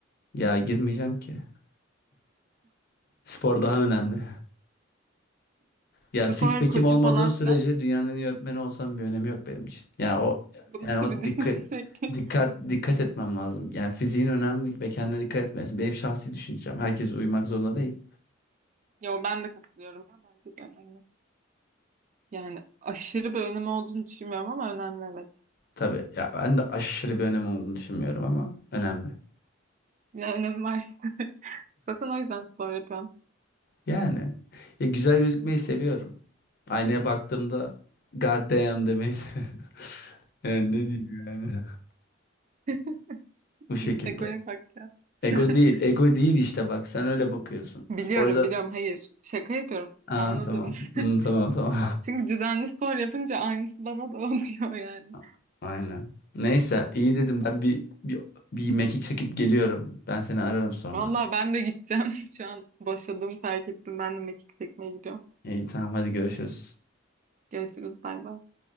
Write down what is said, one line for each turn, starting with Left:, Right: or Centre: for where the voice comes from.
Left: Ya girmeyeceğim ki. Spor daha önemli. Ya six
Right: Spor
Left: pack'im
Right: koçu
Left: olmadığı
Right: falan
Left: sürece
Right: filan.
Left: dünyanın en iyi öğretmeni olsam bir önemi yok benim için. Ya o
Right: Bu nasıl
Left: yani o
Right: bir düşünce
Left: dikkat
Right: <laughs> şekli?
Left: dikkat dikkat etmem lazım. Yani fiziğin önemli ve kendine dikkat etmesi benim şahsi düşüncem. Herkes uyumak zorunda değil.
Right: Yo ben de katılıyorum ya. Bence de önemli. Yani aşırı bir önemi olduğunu düşünmüyorum ama önemli evet.
Left: Tabii ya ben de aşırı bir önem olduğunu düşünmüyorum ama önemli.
Right: Ya önemi var. <laughs> Zaten o yüzden spor yapıyorum.
Left: Yani ya güzel gözükmeyi seviyorum. Aynaya baktığımda God damn demeyi seviyorum. <laughs> Yani ne diyeyim yani. <laughs>
Right: <laughs>
Left: Bu şekilde.
Right: Egoya bak ya. <laughs>
Left: Ego değil. Ego değil işte bak. Sen öyle bakıyorsun.
Right: Biliyorum
Left: Sporcular...
Right: biliyorum hayır. Şaka yapıyorum.
Left: Aa
Right: Anladım.
Left: tamam. Hmm, tamam tamam.
Right: <laughs> Çünkü düzenli spor yapınca aynısı bana da <laughs> oluyor yani.
Left: <laughs> Aynen. Neyse iyi dedim ben bir, bir, bir mekik çekip geliyorum. Ben seni ararım sonra.
Right: Vallahi ben de gideceğim. <laughs> Şu an boşladığımı fark ettim. Ben de mekik çekmeye gidiyorum.
Left: İyi tamam hadi görüşürüz.
Right: Görüşürüz. Bay bay.